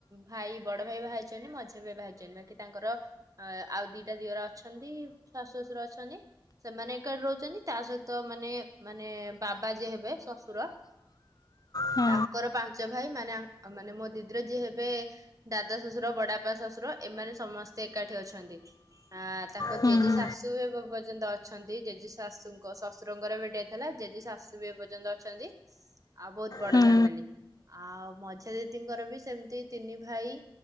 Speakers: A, on the right; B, on the left.
A: ଭାଇ ବଡ ଭାଇ ବାହା ହେଇଛନ୍ତି, ମଝିଆ ବି ବାହା ହେଇଛନ୍ତି। ବାକି ତାଙ୍କର ଆଏ, ଆଉ ଦିଟା ଦିଅର ଅଛନ୍ତି। ଶାଶୁ ଶଶୁର ଅଛନ୍ତି। ସେମାନେ ଏକାଡି ରହୁଛନ୍ତି, ତା ସହିତ ମାନେ, ମାନେ ବାବା ଯିଏ ହେବେ ଶଶୁର
B: ହଁ
A: ତାଙ୍କର ପାଞ୍ଚ ଭାଇ, ମାନେ ମାନେ ମୋ ଦିଦିର ଯିଏ ହେବେ ଦାଦା ଶ୍ୱଶୁର, ବଡାପା ଶ୍ୱଶୁର ଏମାନେ ସମସ୍ତେ ଏକାଠି ଅଛନ୍ତି। ହା ତାଙ୍କ
B: ହୁଁ
A: ଜେଜି
B: ହୁଁ
A: ଶାଶୁ ଏବେ ପର୍ଯ୍ୟନ୍ତ ଅଛନ୍ତି। ଜେଜି ଶାଶୁଙ୍କ ଶ୍ୱଶୁରଙ୍କର ଏବେ ଡେଥ ହେଲା, ଜେଜି ଶାଶୁ ବି ଏପର୍ଯ୍ୟନ୍ତ ଅଛନ୍ତି। ଆଉ ବହୁତ ବଡ
B: ହୁଁ
A: ଫ୍ୟାମିଲି।
B: ହୁଁ
A: ଆଉ ମଝିଆ ଜେଜିଙ୍କର ବି ସେମତି ତିନି ଭାଇ